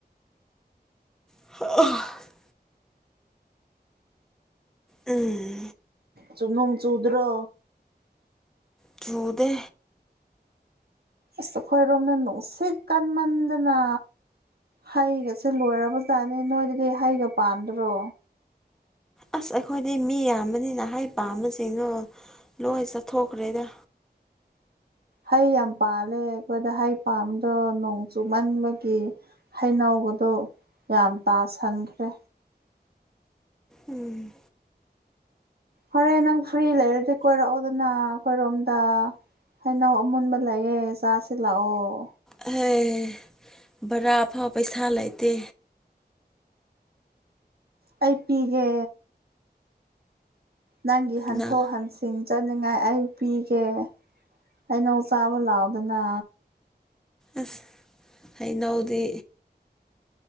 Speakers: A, in the centre; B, on the right.
A: <unintelligible> ꯎꯝ
B: ꯆꯨꯝ ꯅꯣꯡ ꯆꯨꯗ꯭ꯔꯣ
A: ꯆꯨꯗꯦ
B: ꯑꯁ ꯑꯩꯈꯣꯏꯔꯣꯝꯅ ꯅꯨꯡꯁꯤꯠ ꯀꯟꯃꯟꯗꯅ ꯍꯩꯒꯁꯦ ꯂꯣꯏꯔꯕꯖꯥꯠꯅꯤ ꯅꯣꯏꯗꯗꯤ ꯍꯩꯒ ꯄꯥꯟꯗ꯭ꯔꯣ
A: ꯑꯁ ꯑꯩꯈꯣꯏꯗꯤ ꯃꯤ ꯌꯥꯝꯕꯅꯤꯅ ꯍꯩ ꯄꯥꯝꯕꯁꯤꯡꯗꯣ ꯂꯣꯏ ꯆꯠꯊꯣꯛꯈ꯭ꯔꯦꯗ
B: ꯍꯩ ꯌꯥꯝ ꯄꯥꯜꯂꯦ ꯑꯩꯈꯣꯏꯗ ꯍꯩ ꯄꯥꯝꯕ꯭ꯔꯣ ꯅꯣꯡ ꯆꯨꯃꯟꯕꯒꯤ ꯍꯩꯅꯧꯒꯗꯣ ꯌꯥꯝ ꯇꯥꯁꯤꯟꯈ꯭ꯔꯦ
A: ꯎꯝ
B: ꯍꯣꯔꯦꯟ ꯅꯪ ꯐ꯭ꯔꯤ ꯂꯩꯔꯗꯤ ꯀꯣꯏꯔꯛꯑꯣꯗꯅ ꯑꯩꯈꯣꯏꯔꯣꯝꯗ ꯍꯩꯅꯧ ꯑꯃꯨꯟꯕ ꯂꯩꯌꯦ ꯆꯥꯁꯤ ꯂꯥꯛꯑꯣ
A: ꯍꯩ ꯚꯥꯔꯥ ꯐꯥꯎ ꯄꯩꯁꯥ ꯂꯩꯇꯦ
B: ꯑꯩ ꯄꯤꯒꯦ ꯅꯪꯒꯤ ꯍꯟꯊꯣꯛ
A: ꯅꯪ
B: ꯍꯟꯁ ꯆꯤꯡ ꯆꯠꯅꯤꯡꯉꯥꯏ ꯑꯩ ꯄꯤꯒꯦ ꯍꯩꯅꯧ ꯆꯥꯕ ꯂꯥꯎꯗꯅ
A: ꯑꯁ ꯍꯩꯅꯧꯗꯤ